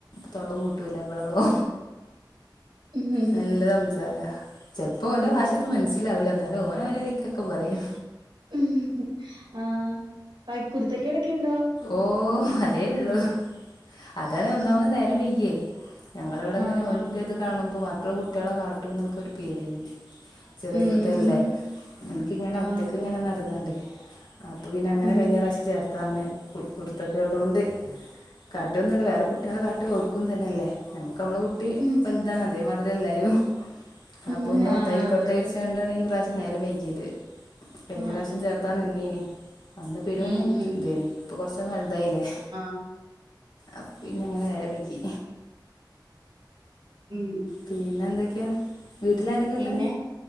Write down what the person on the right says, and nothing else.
ഉം ഉം
ഉം
ഉം
ഉം ആഹ്. പ കുരുത്തക്കേടൊക്കെയുണ്ടോ?
ആഹ്
ആഹ്
ഉം
ഉം
ആഹ് ആഹ്
ഉം
ഉം
ഉം
ആഹ്
അതെ അതെ
ഉം
ഉം
ഉം
ഉം
ഉം
അഹ്.
ഉം.
പിന്നെ